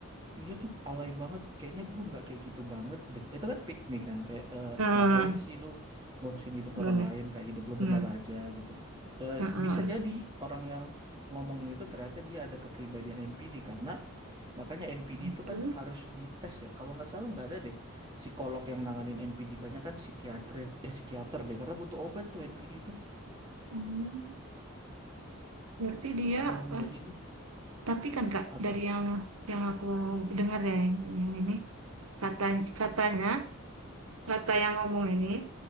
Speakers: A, on the right; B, on the right.
A: Iya tuh, alay banget. Kayaknya gue nggak kayak gitu banget deh. Itu kan pick me kan, kayak eh,
B: Ah,
A: ngapain sih lu ngurusin hidup
B: benar.
A: orang lain, kayak hidup lu
B: Benar.
A: benar aja gitu. Eh,
B: Ah, ah.
A: bisa jadi orang yang ngomongin itu ternyata dia ada kepribadian NPD karena makanya NPD
B: Satu.
A: itu kan harus dites ya. Kalau nggak salah nggak ada deh psikolog yang nanganin NPD. Banyak kan psikiater, eh, psikiater deh karena butuh obat tuh NPD itu.
B: Oh. Berarti dia,
A: Mm-mm,
B: eh,
A: jadi deh,
B: tapi kan Kak,
A: apa?
B: dari yang yang aku dengar ya yang, yang ini kata katanya kata yang ngomong ini